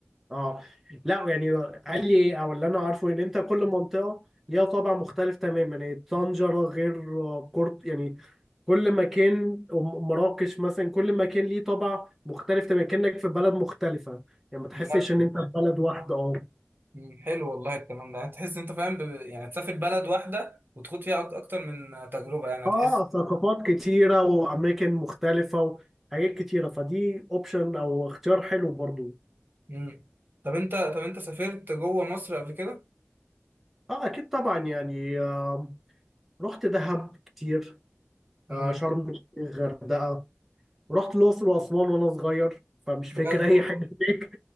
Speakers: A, in the centre; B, on the right.
A: اه لا يعني قال لي إيه، او اللي انا عارفه ان انت كل منطقه ليها طابع مختلف تماما يعني طنجره غير كورت يعني كل مكان وم- مراكش مثلا كل مكان ليه طابع مختلف تماما كانك في بلد مختلفه يعني ما تحسش
B: بجد
A: ان
B: والله
A: انت في بلد واحده اه
B: مم، حلو والله الكلام ده يعني تحس انت فاهم ب... يعني تسافر بلد واحده وتخوض فيها أك- اكتر من تجربه يعني هتحس
A: اه ثقافات كتيره واماكن مختلفه وحاجات كتيره فدي اوبشن او اختيار حلو برضو
B: امم طب انت طب انت سافرت جوه مصر قبل كده
A: اه اكيد طبعا يعني آه رحت دهب كتير
B: امم
A: آه شرم الشيخ غردقه ورحت الأقصر وأسوان وأنا صغير فمش
B: بجد
A: فاكر أي
B: والله
A: حاجة هناك